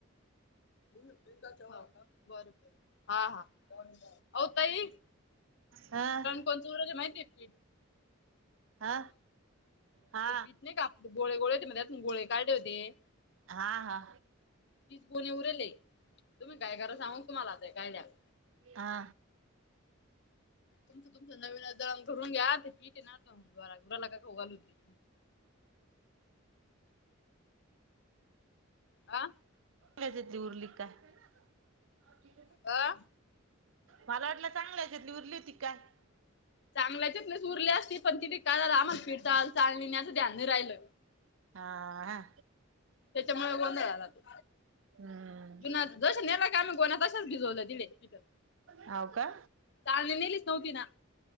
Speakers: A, on the left; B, on the right.
A: बर बरं, हा, हा ओ ताई.
B: हं
A: कोण चोरले माहिती आहे की
B: हा हा
A: ते पीठ नाही का आपले गोळे गोळे होते त्यातून गोळे काढले होते
B: आ हा हा
A: तीस मुली उरेले आहे तुम्ही काय कराच सांगू तुम्हाला आता काय दयाल
B: हा
A: तुमचं तुमचं नवीन घरून घ्या ते पीठ आहे ना गुराला खाऊ घाला ते आ?
B: <unintelligible> उरली का काय?
A: आ?
B: मला वाटलं चांगल्या ह्याच्यातली उरली होती का काय?
A: चांगल्याच्यातनच उरली असती. पण तिथे काय झालं आम्हाला पीठ चाळायला चाळणी नाही असं ध्यान नाही राहिल.
B: हा आ.
A: त्याच्यामुळे गोंधळ झाला तो.
B: हम्म
A: बिना, जशा नेल्या का म गोण्या तशाच भिजवल्या तिडे. तिथं.
B: होव का?
A: चाळणी नेलीच नव्हती ना.